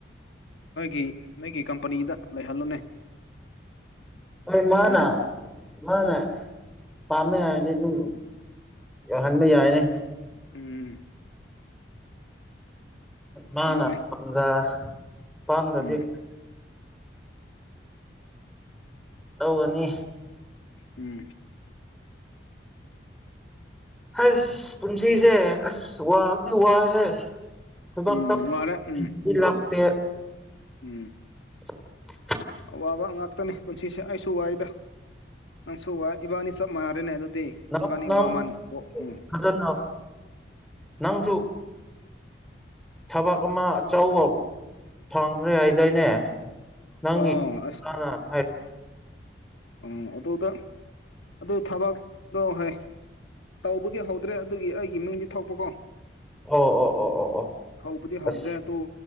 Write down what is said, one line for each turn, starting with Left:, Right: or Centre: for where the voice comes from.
Left: ꯅꯣꯏꯒꯤ ꯅꯣꯏꯒꯤ ꯀꯝꯄꯅꯤꯗ ꯂꯩꯍꯜꯂꯣꯅꯦ
Centre: ꯍꯣꯏ ꯃꯥꯅꯥ
Left: ꯂꯩꯔꯤ
Centre: ꯃꯥꯅ ꯄꯥꯝꯃꯦ ꯍꯥꯏꯔꯗꯤ ꯑꯗꯨꯝ ꯌꯧꯍꯟꯕ ꯌꯥꯏꯅꯦ
Left: ꯎꯝ
Centre: ꯃꯥꯅ
Left: ꯑꯗꯨꯅꯦ
Centre: ꯄꯝꯖ ꯄꯥꯝꯗꯗꯤ
Left: ꯎꯝ
Centre: ꯇꯧꯒꯅꯤ
Left: ꯎꯝ
Centre: ꯍꯁ ꯀꯨꯝꯁꯤꯖꯦ ꯑꯁ ꯋꯥꯕꯗꯤ ꯋꯥꯏꯍꯦ ꯊꯕꯛꯇꯣ
Left: ꯎꯝ ꯋꯥꯔꯦ ꯎꯝ
Centre: ꯁꯨꯇꯤ ꯂꯥꯛꯇꯦ
Left: ꯎꯝ
Centre: <inaudible>
Left: ꯑꯋꯥꯕ ꯉꯥꯛꯇꯅꯦ ꯄꯨꯟꯁꯤꯁꯦ ꯑꯩꯁꯨ ꯋꯥꯏꯗ ꯅꯪꯁꯨ ꯋꯥꯏ ꯏꯕꯥꯅꯤ ꯆꯞ ꯃꯥꯟꯅꯔꯦꯅꯦ ꯑꯗꯨꯗꯤ
Centre: ꯅꯪ
Left: ꯏꯕꯥꯅꯤ
Centre: ꯅꯪ
Left: ꯋꯥꯃꯟ ꯋꯥ ꯎꯝ
Centre: ꯐꯖꯅ ꯅꯪꯁꯨ ꯊꯕꯛ ꯑꯃ ꯑꯆꯧꯕ ꯐꯪꯈ꯭ꯔꯦ ꯍꯥꯏꯗꯥꯏꯅꯦ ꯅꯪꯅꯥ
Left: ꯑꯣ
Centre: ꯍꯥꯏ
Left: ꯑꯣ ꯑꯗꯨꯗ ꯑꯗꯨ ꯊꯕꯗꯣ ꯍꯣꯏ ꯇꯧꯕꯗꯤ ꯍꯧꯗ꯭ꯔꯦ ꯑꯗꯨꯒꯤ ꯑꯩꯒꯤ ꯃꯤꯡꯗꯤ ꯊꯣꯛꯄꯀꯣ
Centre: ꯑꯣ ꯑꯣ ꯑꯣ ꯑꯣ ꯑꯣ
Left: ꯍꯧꯕꯗꯤ ꯍꯧꯗ꯭ꯔꯦ
Centre: ꯑꯁ
Left: ꯑꯗꯨꯣ